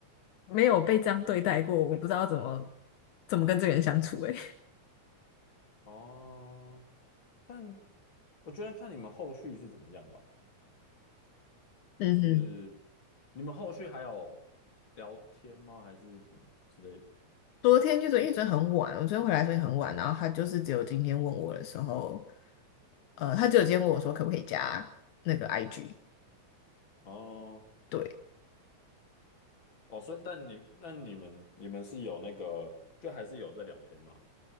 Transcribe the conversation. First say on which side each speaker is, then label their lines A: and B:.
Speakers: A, on the left; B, on the left.
A: 没有被这样对待过，我不知道怎么怎么跟这个人相处哎。
B: 哦。但我觉得看你们后续是怎么样吧。
A: <laughs> 嗯哼，
B: 就是你们后续还有聊天吗？还是什么之类的？
A: 昨天就昨因为昨天很晚，我昨天回来所以很晚，然后他就是只有今天问我的时候，呃，他只有今天问我说可不可以加那个 IG，
B: 哦
A: 对，
B: 哦，所以但你但你们你们是有那个，就还是有在聊天嘛？